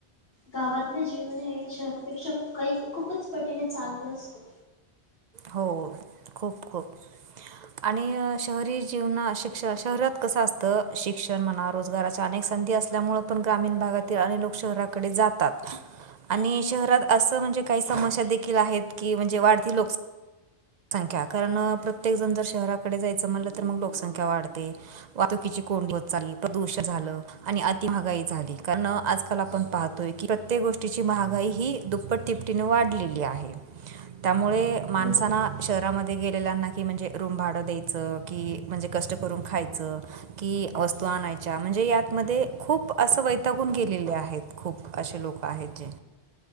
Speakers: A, on the left; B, on the right.
A: गावातलं जीवन हे शहरापेक्षा काही खूपच पटीने चांगलं असतं
B: हो खूप खूप आणि शहरी जीवना शिक्ष शहरात कसं असतं शिक्षण म्हणा रोजगाराच्या अनेक संधी असल्यामुं पण ग्रामीण भागातील आणिने लोक शहराकडे जातात. आणि शहरात असं म्हणजे काही समस्या देखील आहेत की म्हणजे वाढती लोकसा लोकसंख्या कारण प्रत्येक जण जर शहराकडे जायचं म्हटलं तर मग लोकसंख्या वाढते वाहतुकीची कोंडी होत चाली प्रदूषण झालं आणि अति महागाई झाली कारण आजकाल आपण पाहतोय कि प्रत्येक गोष्टीची महागाई ही दुप्पट तिपटीने वाढलेली आहे त्यामुळे. माणसानां
A: बरोबर.
B: शहरामध्ये गेलेल्यांना की म्हणजे रूम भाडं द्यायचं की म्हणजे कष्ट करून खायचं की वस्तू आणायच्या म्हणजे यातमध्ये खूप असं वैतागून गेलेले आहेत खूप असे लोक. पाहिचेे.